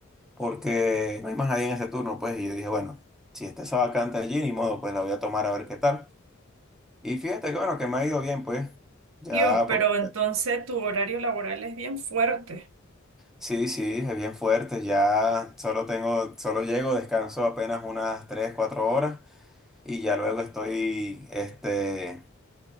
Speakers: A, in the centre; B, on the right (about 65°).
A: porque no hay más nadie en ese turno, pues. Y yo dije, bueno, si está esa vacante allí, ni modo, pues la voy a tomar a ver qué tal. Y fíjate que bueno, que me ha ido bien, pues. Ya,
B: Dios,
A: porque
B: pero entonces tu horario laboral es bien fuerte.
A: sí, sí, es bien fuerte. Ya solo tengo, solo llego, descanso apenas unas 3 4 horas y ya luego estoy, este,